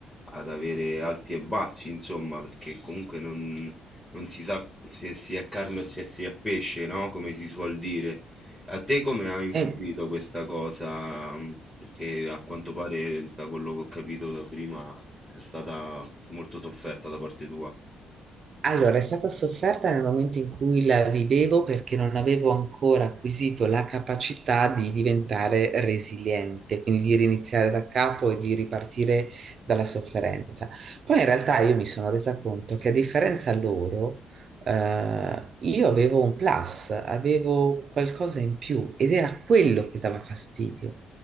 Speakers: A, in the centre; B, on the right.
A: ad avere alti e bassi, insomma, perché comunque non, non si sa se si è carne o se si è pesce, no? Come si suol dire. A te come ha influito
B: Eh,
A: questa cosa? mh, Perché a quanto pare, da quello che ho capito da prima, è stata molto sofferta da parte tua.
B: Allora, è stata sofferta nel momento in cui la vivevo perché non avevo ancora acquisito la capacità di diventare resiliente, quindi di riniziare da capo e di ripartire dalla sofferenza. Poi in realtà io mi sono resa conto che a differenza loro, eh, io avevo un plus, avevo qualcosa in più ed era quello che dava fastidio.